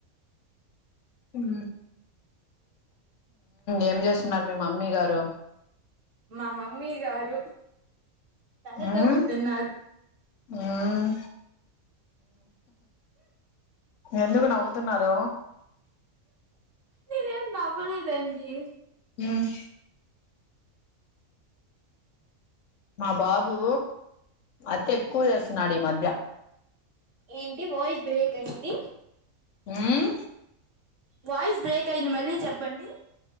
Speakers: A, on the left; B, on the right.
A: ఉం ఏం చేస్తున్నారు మీ మమ్మీ గారు.
B: మా మమ్మీ గారు తలదువ్వు
A: మ్మ్
B: తున్నారు.
A: మ్మ్ ఎందుకు నవ్వుతున్నారు.
B: నేనేం నవ్వలేదండి.
A: ఉమ్ మా బాబు అతి ఎక్కువ చేస్తున్నాడు ఈ మధ్య.
B: ఏంటి వాయిస్ బ్రేక్ అయ్యింది.
A: ఉం
B: వాయిస్ బ్రేక్ అయ్యింది మళ్ళీ చెప్పండి